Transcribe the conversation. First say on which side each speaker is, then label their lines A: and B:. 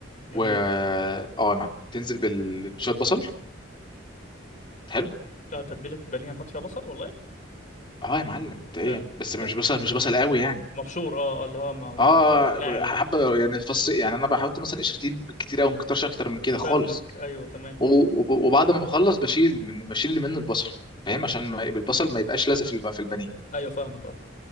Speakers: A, on the left; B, on the left.
A: جميل
B: و اه يا معلم تنزل بالشويه بصل حلو
A: لا تتبيلة بانيه نحط فيها بصل والله
B: اه يا معلم انت ايه
A: حلو
B: بس مش
A: كمل
B: بصل مش بصل قوي يعني
A: مبشور اه آه، اللي هو ما ما
B: اه
A: ناعم
B: حبه يعني فص يعني انا بحط مثلا قشرتين كتير قوي ما كترش اكتر من كده
A: فاهمك
B: خالص
A: ايوه تمام
B: و- وب- وبعد ما بخلص بشيل من بشيل اللي منه البصل فاهم عشان ما البصل ما يبقاش لازق في الب- في البانيه
A: ايوه فاهمك اه